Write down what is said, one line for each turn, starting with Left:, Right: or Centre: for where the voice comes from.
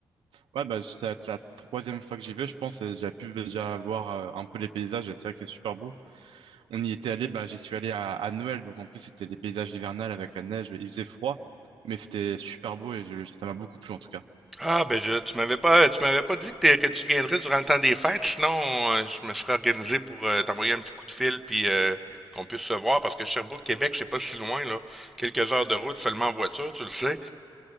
Right: Ouais, bah ça va être la troisième fois que j'y vais, je pense, et j'ai pu déjà voir euh, un peu les paysages et c'est vrai que c'est super beau. On y était allé, bah, j'y suis allé à, à Noël, donc en plus c'était des paysages hivernales avec la neige, il faisait froid, mais c'était super beau et je- ça m'a beaucoup plu en tout cas.
Centre: Ah, ben, je, tu m'avais pas, tu m'avais pas dit que, t'es- que tu viendrais durant le temps des fêtes, sinon euh, je me serais organisé pour euh, t'envoyer un petit coup de fil puis euh, qu'on puisse se voir parce que Sherbrooke, Québec, c'est pas si loin là, quelques heures de route seulement en voiture, tu le sais.